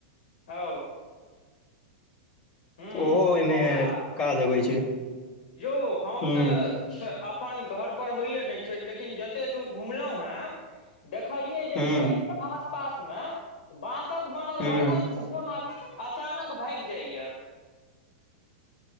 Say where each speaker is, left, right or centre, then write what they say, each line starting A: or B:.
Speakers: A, on the left; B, on the left.
A: अओ ह
B: ओहो ओहिमे
A: तऽ कोपला
B: काज अबै छै
A: यौ हम
B: हूं
A: तऽ छ अपन घरपर होइए नहि छथि लेकिन जतेक दूर घुमलहुँ हेँ देखलियै जे
B: हूं
A: छठ के आसपास में बांसक बनल
B: हूं
A: बर्तन अचानक भाइग जाइया